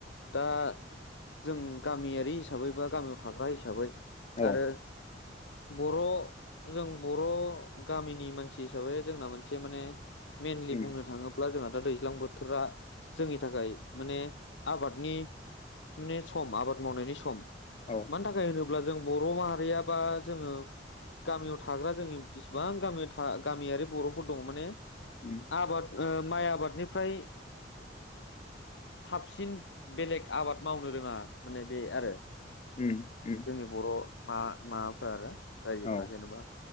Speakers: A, on the left; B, on the left.
A: दा जों गामियारि हिसाबै बा गामियाव थाग्रा हिसाबै
B: औ
A: आरो बर' जों बर' गामिनि मानसि हिसाबै जोंना मोनसे माने मेनलि
B: उम
A: बुंनो थाङोब्ला अब्ला जोंहा दा दैज्लां बोथोरा जोंनि थाखाय माने आबादनि माने सम आबाद मावनायनि सम
B: औ
A: मानि थाखाय होनो ब्ला जों बर' माहारिया बा जोङो गामियाव थाग्रा जोंनि बिसिबां गामियाव गामियारि बर'फोर दङ माने
B: उम
A: आबाद ओ माइ आबादनिफ्राय साबसिन बेलेग आबाद मावनो रोङा माने बे आरो।
B: उम उम।
A: जोंनि बर' मा माबाफ्रा आरो रायजोफ्रा
B: औ
A: जेनेबा